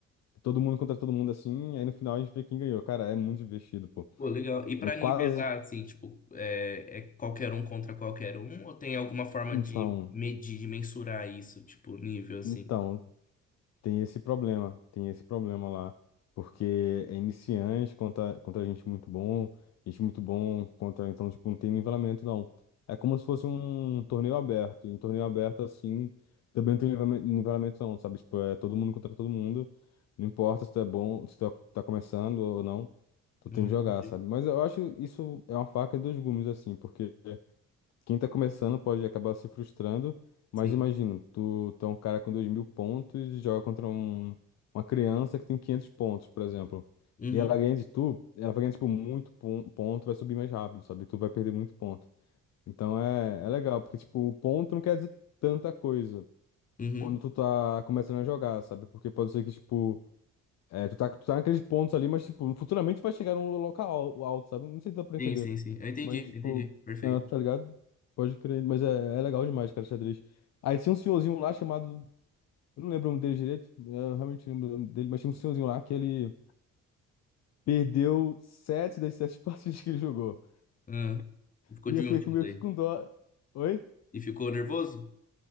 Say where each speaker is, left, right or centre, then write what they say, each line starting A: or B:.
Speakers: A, on the left (about 60°); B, on the left (about 25°).
A: todo mundo contra todo mundo assim, aí no final a gente vê quem ganhou. Cara, é muito divertido, pô.
B: Pô, legal. E
A: Eu
B: pra
A: quase.
B: nivelar, assim, tipo, é, é qualquer um contra qualquer um? Ou tem alguma forma
A: Então.
B: de medir, de mensurar isso, tipo, nível, assim?
A: Então, Tem esse problema, tem esse problema lá, porque é iniciante contra, contra gente muito bom, gente muito bom contra, então, tipo, não tem nivelamento, não. É como se fosse um torneio aberto, em torneio aberto, assim, também não tem nivela- nivelamento, não, sabe? Tipo, é todo mundo contra todo mundo, não importa se tu é bom, se tu é, tá começando ou não, tu
B: Não
A: tem que jogar,
B: entendi.
A: sabe? Mas eu acho isso é uma faca de dois gumes, assim, porque quem tá começando pode acabar se frustrando, mas
B: Sim.
A: imagina, tu, tu é um cara com dois mil pontos e joga contra um, uma criança que tem 500 pontos, por exemplo.
B: Uhum,
A: E ela ganha de tu, ela vai ganhar, tipo, muito pon- ponto, vai subir mais rápido, sabe? Tu vai perder muito ponto. Então é, é legal, porque, tipo, o ponto não quer dizer tanta coisa
B: uhum.
A: quando tu tá começando a jogar, sabe? Porque pode ser que, tipo, é, tu tá, tu tá naqueles pontos ali, mas, tipo, futuramente vai chegar num local alto, sabe? Não sei se dá pra entender.
B: Sim, sim, sim. Eu entendi,
A: Mas,
B: entendi.
A: tipo,
B: Perfeito.
A: ah, tá ligado? Pode crer, mas é, é legal demais, cara, xadrez. Aí tinha um senhorzinho lá chamado. Eu não lembro o nome dele direito, é, eu realmente não lembro o nome dele, mas tinha um senhorzinho lá que ele perdeu sete das sete <laughs> partidas que ele jogou.
B: Ah, ficou
A: E
B: de
A: eu fiquei
B: último
A: meio
B: daí.
A: que com dó. Oi?
B: E ficou nervoso?